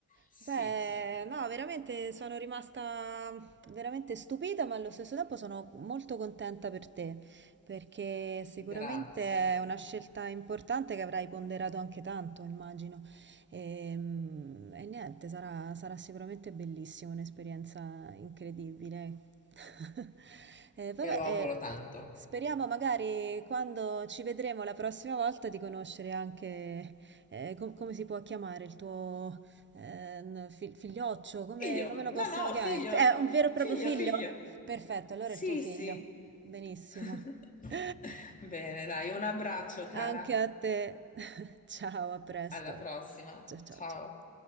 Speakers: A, on the left; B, on the right.
A: Sì,
B: Beh,
A: sì,
B: no, veramente sono rimasta veramente stupita, ma allo stesso tempo sono molto contenta per te, perché sicuramente
A: grazie.
B: è una scelta importante che avrai ponderato anche tanto, immagino. Ehm, E, niente, sarà, sarà sicuramente bellissimo, un'esperienza incredibile. <laughs> Eh, vabbè,
A: Me lo
B: eh,
A: auguro tanto.
B: speriamo magari quando ci vedremo la prossima volta di conoscere anche eh, com- come si può chiamare il tuo eh, n- fi- figlioccio, come,
A: Figlio,
B: come lo
A: no,
B: possiamo
A: no,
B: chiamare?
A: figlio,
B: F- È
A: fi-
B: un vero e proprio
A: figlio,
B: figlio?
A: figlio.
B: Perfetto, allora
A: Sì,
B: è il tuo figlio.
A: sì.
B: Benissimo.
A: <laughs>
B: <laughs>
A: Bene, dai, un abbraccio, cara.
B: Anche a te. <laughs> Ciao, a presto.
A: Alla prossima.
B: Ciao, ciao,
A: Ciao.
B: ciao.